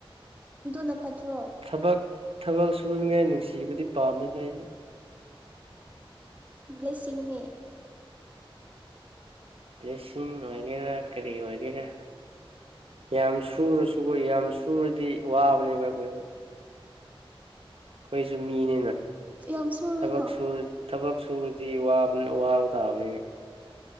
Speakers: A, on the right; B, on the right.
A: ꯑꯗꯨꯅ ꯐꯠꯇ꯭ꯔꯣ
B: ꯊꯕꯛ ꯊꯕꯛ ꯁꯨ ꯈꯅꯤꯡꯉꯥꯏ ꯅꯨꯡꯁꯤꯕꯗꯤ ꯄꯥꯝꯅꯗꯤ ꯑꯩꯗ
A: ꯂꯩꯁꯤꯡꯅꯤ
B: ꯄꯁꯤꯡ ꯑꯣꯏꯒꯦꯔꯥ ꯀꯔꯤ ꯑꯣꯏꯒꯦꯔꯥ ꯌꯥꯝ ꯁꯨꯔꯁꯨ ꯑꯩꯈꯣ ꯌꯥꯝ ꯁꯨꯔꯗꯤ ꯋꯥꯕꯅꯦꯕ ꯑꯩꯈꯣꯏꯗ ꯑꯩꯈꯣꯏꯁꯨ ꯃꯤꯅꯤꯅ
A: ꯌꯥꯝ ꯁꯣꯏꯔꯦꯅ
B: ꯊꯕꯛꯁꯨ ꯊꯕꯛꯁꯨ ꯁꯨꯗꯤ ꯋꯥꯕ ꯇꯥꯕꯅꯤꯅꯦ